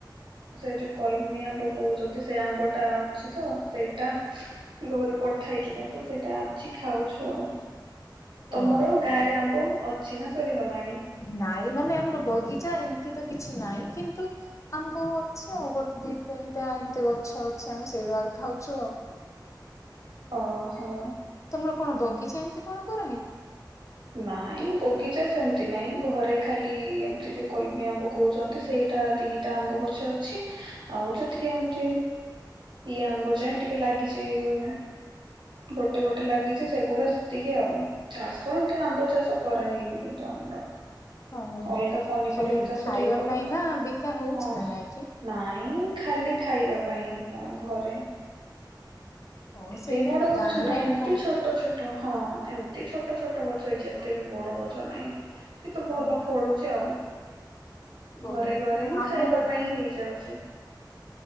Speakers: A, on the right (about 85°); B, on the left (about 40°).
A: ସେ ଯୋଉ କଲମି ଆମ୍ବ କହୁଛନ୍ତି ସେ ଆମ୍ବ ଟା ଅଛି ତ ସେଇଟା ଘରୁ ପଠାହେଇଥିଲା ତ ସେଇଟା ଅଛି ଖାଉଛୁ ଆଉ।
B: ହଁ
A: ତମର ଗାଁ
B: ହଁ
A: ରେ ଆମ୍ବ ଅଛି ନା ସରିଗଲାଣି।
B: ନାଇଁ ମାନେ ଆମର ବଗିଚା ଏମିତି ତ କିଛି ନାହିଁ କିନ୍ତୁ ଆମ୍ବ ଅଛି ଆଉ ଗୋଟେ ଦି ତିନିଟା ଏମିତି ଗଛ ଅଛି ଆମେ ସେଇଢ଼ାଗ ଖାଉଚୁ।
A: ଓ ହୋଁ।
B: ତମର କଣ ବଗିଚା ଏମିତି କଣ କର
A: ନାଇଁ ବଗିଚା ସେ ଏମିତି ନାହିଁ ଘରେ ଖାଲି ଏମିତି ଯେଉଁ କୋଲମି ଆମ୍ବ କହୁଛନ୍ତି ସେଇଟା ଦିଟା ଆମ୍ବ ଗଛ ଅଛି। ଆଉ ଯେତିକି ଏମତି ଇ ଆମ୍ବ ଯାଏ ଟିକେ ଲାଗିଛି-ଇ-ଇ-ଇ ଗୋଟେ ଗୋଟେ ଲାଗିଛି ସେଗୁଡା ସେତିକି ଆଉ। ଚାଷ ଏମିତି ଆମ୍ବ ଚାଷ କରାହେଇନି କିନ୍ତୁ ଆମର।
B: ହଁ
A: ଅଲଗା
B: ହଁ
A: ପନିପରିବା
B: ଖାଲି
A: ଚାଷ
B: ଖାଇବା
A: ଟିକେ କର,
B: ପାଇଁ ନା ବିକା ହଉଛି
A: ହଁ।
B: ନା ନାଇଁ କି?
A: ନାଇଁ ଖାଲି ଖାଇବା ପାଇଁ କା ଘରେ।
B: ହଁ
A: ଏତେ
B: ସେଇଟା
A: ବଡ
B: ତ
A: ଗଛ
B: ଗାଁରେ
A: ନାହି
B: ଆଉ
A: ଏମିତି
B: କଣ
A: ଛୋଟ ଛୋଟ ହଁ ଏମ୍ ଏମିତି ଛୋଟ ଛୋଟ ଗଛ ହେଇଛି ଏତେ ବି ବଡ ଗଛ ନାହିଁ କିନ୍ତୁ ଭଲ
B: ଆଉ
A: ଫଳୁଛି ଆଉ।
B: କୋଉଠି
A: ଘରେ ଘରେ
B: ତ
A: ହିଁ
B: ଆମର
A: ଖାଇବା ପାଇଁ
B: ବି
A: ହେଇ ଯାଉଛି।